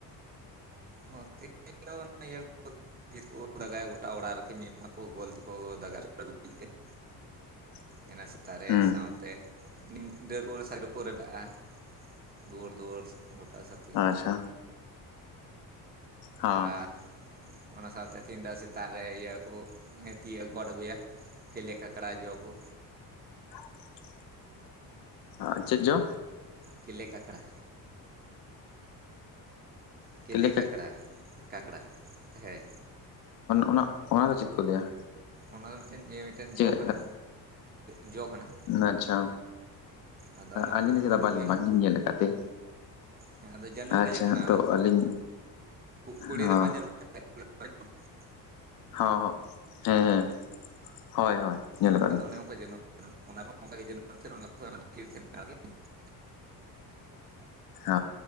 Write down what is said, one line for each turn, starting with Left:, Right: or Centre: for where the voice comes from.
Right: ᱚ ᱛᱮᱦᱮᱧ ᱫᱚ ᱤᱭᱟᱹ <unintelligible> ᱜᱚᱴᱟ ᱚᱲᱟᱜ ᱟᱨᱠᱤ ᱢᱤᱫ ᱠᱚ ᱜᱳᱞ ᱛᱮᱠᱚ <unintelligible>
Left: <inaudible>
Right: ᱚᱱᱟ ᱥᱮᱛᱟᱜ ᱨᱮ
Left: ᱦᱩᱸ
Right: ᱥᱟᱶᱛᱮ ᱱᱤᱢ ᱰᱟᱹᱨ ᱠᱚ ᱥᱟᱭᱰ ᱨᱮᱠᱚ ᱨᱮᱵᱮᱜᱼᱟ ᱫᱩᱣᱟᱹᱲ ᱫᱩᱣᱟᱹᱨ ᱜᱚᱴᱟ ᱥᱟᱛᱷᱤ
Left: ᱟᱪᱪᱷᱟ ᱦᱚᱸ
Right: ᱟᱨ ᱚᱱᱟ ᱥᱟᱶᱛᱮ <unintelligible> ᱥᱮᱛᱟᱜ ᱨᱮ ᱤᱭᱟᱹ ᱠᱚ <unintelligible> ᱛᱤᱭᱳᱜ ᱜᱚᱫ ᱟᱹᱜᱩᱭᱟ ᱠᱮᱞᱮ ᱠᱟᱠᱲᱟ ᱡᱚ ᱠᱚ
Left: <unintelligible> ᱦᱟᱸ ᱪᱮᱫ ᱡᱚ
Right: ᱠᱮᱞᱮ ᱠᱟᱠᱲᱟ ᱠᱮᱞᱮ
Left: ᱠᱤᱞᱮ
Right: ᱠᱟᱠᱲᱟ ᱠᱟᱠᱲᱟ ᱦᱮᱸ
Left: ᱚᱱᱟ ᱚᱱᱟᱫᱚ ᱪᱮᱫ ᱠᱚ ᱞᱟᱹᱭᱟ
Right: ᱚᱱᱟ ᱫᱚ ᱢᱤᱫᱴᱮᱱᱤᱭᱟᱹ ᱢᱤᱫᱴᱮᱱ
Left: ᱪᱮᱫ
Right: ᱡᱚ ᱠᱟᱱᱟ ᱡᱚ ᱠᱟᱱᱟ
Left: ᱟᱪᱪᱷᱟ
Right: ᱟᱫᱚ ᱚᱱᱟ
Left: ᱟᱹᱞᱤᱧ
Right: ᱠᱚ
Left: ᱫᱚ
Right: ᱜᱚᱫ
Left: ᱪᱮᱫ
Right: ᱟᱹᱜᱩᱭᱟ
Left: ᱵᱟᱝᱞᱤᱧ ᱧᱮᱞ ᱟᱠᱟᱫ ᱛᱮ
Right: ᱦᱮᱸ ᱟᱫᱚ ᱡᱟᱹᱱᱩᱢ
Left: ᱟᱪᱪᱷᱟ
Right: ᱠᱟᱡᱟᱠ ᱢᱮᱱᱟᱜ
Left: ᱛᱚ
Right: ᱟ
Left: ᱟᱹᱞᱤᱧ
Right: ᱠᱩ ᱠᱩᱲᱤ
Left: ᱦᱚᱸ
Right: ᱨᱮᱢᱟ ᱡᱟᱹᱱᱩᱢ <unintelligible>
Left: ᱦ ᱦ ᱦᱮᱸ ᱦᱮᱸ ᱦᱳᱭ ᱦᱳᱭ ᱧᱮᱞ ᱟᱠᱟᱫ
Right: ᱟᱫᱚ
Left: ᱞᱤᱧ
Right: ᱚᱱᱮ <unintelligible>
Left: ᱦ